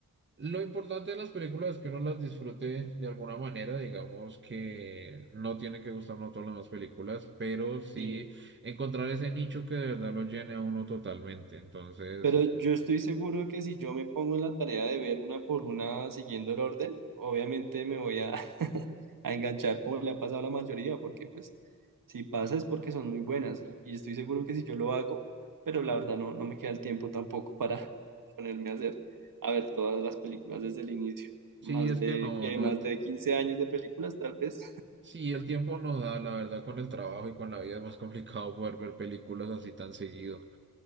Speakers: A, on the right; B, on the right.
A: Lo importante de las películas es que uno las disfrute de alguna manera, digamos que no tienen que gustarnos todas las demás películas, pero sí
B: Sí,
A: encontrar ese nicho que de verdad lo llene a uno totalmente. Entonces,
B: pero yo estoy seguro que si yo me pongo en la tarea de ver una por una siguiendo el orden, obviamente me voy a, <laughs> a enganchar como le ha pasado a la mayoría, porque pues si pasa es porque son muy buenas y, y estoy seguro que si yo lo hago, pero la verdad no, no me queda el tiempo tampoco para <laughs> ponerme a hacer, a ver todas las películas desde el inicio.
A: sí,
B: Más
A: es
B: de,
A: que no,
B: que
A: no,
B: más
A: el, ti-
B: de 15 años de películas, tal vez.
A: sí, el tiempo nos da, la verdad, con el trabajo y con la vida es más <laughs> complicado poder ver películas así tan seguido.